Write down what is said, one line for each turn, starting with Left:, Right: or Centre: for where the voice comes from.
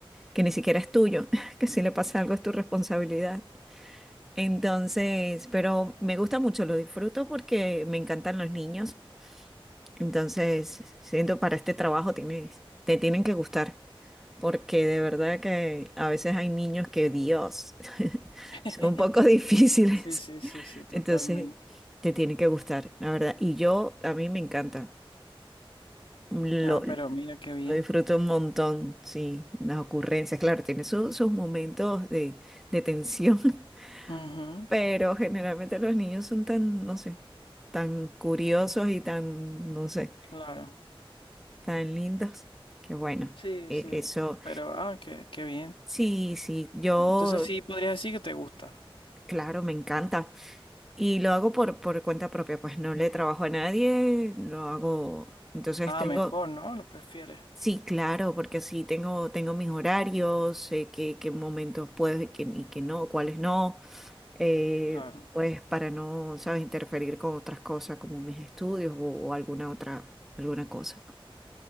Centre: que ni siquiera es tuyo, <laughs> que si le pasa algo es tu responsabilidad. Entonces, pero me gusta mucho, lo disfruto porque me encantan los niños. Entonces, siento para este trabajo tienes, te tienen que gustar, porque de verdad que a veces hay niños que, Dios, <laughs>
Left: <laughs>
Centre: son un poco <laughs> difíciles.
Left: Sí, sí, sí, sí, totalmente.
Centre: Entonces, te tiene que gustar, la verdad. Y yo, a mí me encanta. Lo,
Left: Ah, pero mira qué bien.
Centre: lo disfruto un montón, sí. Las ocurrencias, claro, tiene su- sus momentos de, de tensión,
Left: Ujú,
Centre: <laughs> pero generalmente los niños son tan, no sé, tan curiosos y tan, no sé.
Left: claro.
Centre: tan lindos, que bueno,
Left: Sí,
Centre: e-
Left: sí.
Centre: eso
Left: Pero, ah, qué, qué bien.
Centre: sí, sí, yo,
Left: Entonces sí podrías decir que te gusta.
Centre: claro, me encanta y lo hago por, por cuenta propia, pues no le trabajo a nadie, lo hago, entonces
Left: Ah,
Centre: tengo,
Left: mejor, ¿no? Lo prefieres.
Centre: sí, claro, porque así tengo, tengo mis horarios, sé qué, qué momentos puedo y qué, y qué no, cuáles no, eh,
Left: Claro,
Centre: pues para no, sabes, interferir con otras cosas como mis estudios o, o alguna otra, alguna cosa.